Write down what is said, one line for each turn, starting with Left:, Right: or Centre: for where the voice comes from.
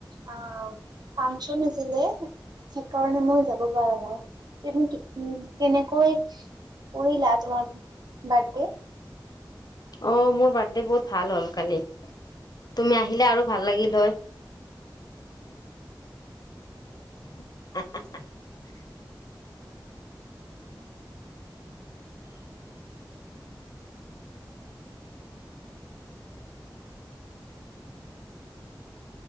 Right: আহ ফাংচন আছিলে সেইকাৰণে মই যাব পৰা নাই কি কেনেকৈ কৰিলা তো মাৰ বিৰ্থডা।
Left: অ মোৰ বাৰ্থডে বহুত ভাল হ'ল কালি তুমি আহিলে আৰু ভাল লাগিল হয় <inaudible>